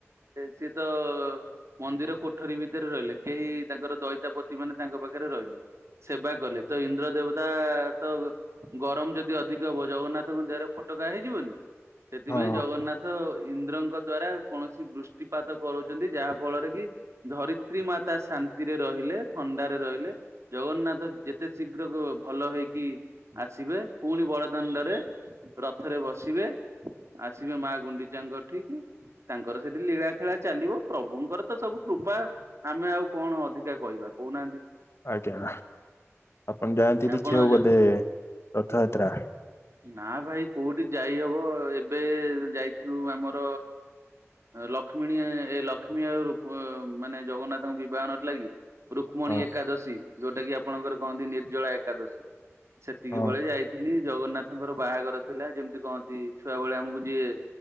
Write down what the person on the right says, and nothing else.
ସିଏ ତ ମନ୍ଦିର। କୋଠରୀ ଭିତରେ ରହିଲେ କେହି ତାଙ୍କର ଦଇତାପତି ମାନେ ତାଙ୍କ ପାଖରେ ରହିଲେ ସେବା କଲେ ତ ଇନ୍ଦ୍ରଦେବ। ଦେବତା ତ ଗରମ ଯଦି ଅଧିକ ହବ ଜଗନ୍ନାଥଙ୍କ ଦେହରେ ଫୋଟକା ହେଇଯିବନି। ସେଥିପାଇଁ
ଜଗନ୍ନାଥ। ଇନ୍ଦ୍ରଙ୍କ ଦ୍ଵାରା କୌଣସି ବୃଷ୍ଟିପାତ କରୁଛନ୍ତି ଯାହା ଫଳରେ କି ଧରିତ୍ରୀ ମାତା ଶାନ୍ତିରେ ରହିଲେ ଥଣ୍ଡାରେ ରହିଲେ ଜଗନ୍ନାଥ ଯେତେ ଶୀଘ୍ର ଭଲ ହେଇକି ଆସିବେ ପୁଣି ବଡଦାଣ୍ଡରେ ରଥରେ ବସିବେ। ଆସିବେ ମା ଗୁଣ୍ଡିଚାଙ୍କର ଠି ତାଙ୍କର ସେଠି ଲୀଳାଖେଳା ଚାଲିବ ପ୍ରଭୁଙ୍କର ତ ସବୁ କୃପା ଆମେ ଆଉ କଣ ଅଧିକା କହିବା କହୁନାହାନ୍ତି।
ଆପଣ
ନା ଭାଇ କୋଉଠି ଯାଇହବ ଏବେ ଯାଇଥିଲୁ ଆମର ଲକ୍ଷ୍ମୀଣୀ ଏ ଲକ୍ଷ୍ମୀ ରୂ ମାନେ ଜଗନ୍ନାଥଙ୍କ ବିବାହ ନ ଲାଗି ରୁକ୍ମଣୀ
ଏକାଦଶୀ। ଯୋଉଟା କି ଆପଣଙ୍କର କହନ୍ତି ନିର୍ଜଳା ଏକାଦଶୀ ସେତିକି
ବେଳେ ଯାଇଥିଲି। ଜଗନ୍ନାଥଙ୍କର ବାହାଘର ଥିଲା ଯେମିତି କହନ୍ତି ଛୁଆ ଭଳିଆ ଆମକୁ ଯିଏ।